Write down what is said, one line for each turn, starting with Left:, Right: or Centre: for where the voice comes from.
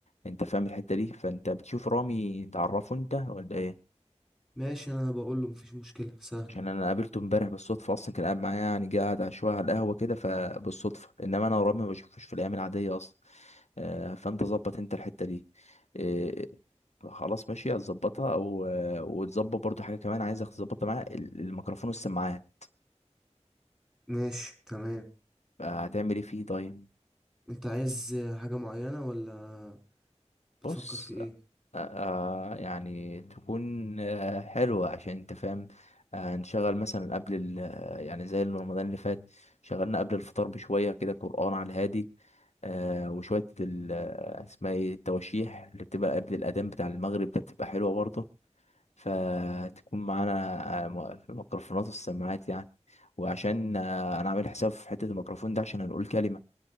Left: انت فاهم الحتة دي فانت بتشوف رامي تعرفه انت ولا ايه
Centre: ماشي انا هبقول له مفيش مشكلة سهلة
Left: عشان انا قابلته امبارح بالصدفه اصلا كان قاعد معايا يعني جه قاعد شويه على القهوه كده فبالصدفه انما انا ورامي ما بشوفوش في الايام العاديه اصلا آه، فانت ظبط انت الحته دي آه، خلاص ماشي هتظبطها او آه، وتظبط برضو حاجه كمان عايزك تظبطها معايا ال- الميكروفون والسماعات
Centre: ماشي تمام
Left: آه، هتعمل ايه فيه طيب
Centre: انت عايز حاجة معينة ولا بتفكر
Left: بص
Centre: في ايه
Left: آه آه، يعني تكون آه حلوة عشان انت فاهم آه نشغل مثلا قبل ال آه، يعني زي اللي رمضان اللي فات شغلنا قبل الفطار بشوية كده قرآن على الهادي آه وشوية ال- آه، اسمها ايه التواشيح اللي بتبقى قبل الأذان بتاع المغرب ده بتبقى حلوة برضه فتكون معانا آه، م- في الميكروفونات والسماعات يعني وعشان آه، انا عامل حساب في حتة الميكروفون ده عشان هنقول كلمة